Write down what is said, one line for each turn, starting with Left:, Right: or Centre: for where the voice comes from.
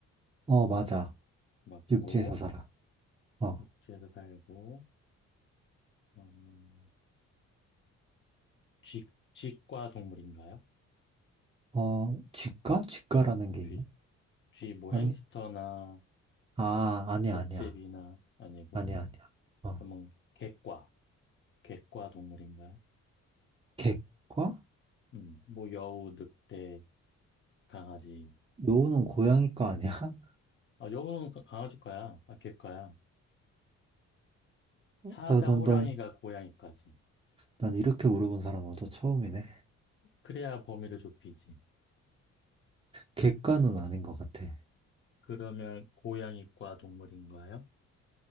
Right: 어, 맞아.
Left: 맞고,
Right: 육지에서 살아. 어.
Left: 육지에서 살고, 음, 쥐, 쥐과 동물인가요?
Right: 어, 직가? 직가라는
Left: 어,
Right: 게
Left: 쥐.
Right: 있나?
Left: 쥐, 뭐
Right: 아니,
Left: 햄스터나
Right: 아, 아니야,
Left: 족제비나
Right: 아니야.
Left: 아니고,
Right: 아니야, 아니야. 어,
Left: 그러면 개과, 개과 동물인가요?
Right: 객과?
Left: 음, 뭐 여우, 늑대, 강아지.
Right: 요는 고양이과 아니야? <laughs>
Left: 아, 여우는 가- 강아지과야. 아, 개과야. 사자,
Right: 난, 난,
Left: 호랑이가
Right: 난,
Left: 고양이까지.
Right: 난 이렇게 물어본 사람 나도 처음이네.
Left: 그래야 범위를 좁히지.
Right: 객과는 아닌 것 같아.
Left: 그러면 고양이과 동물인가요?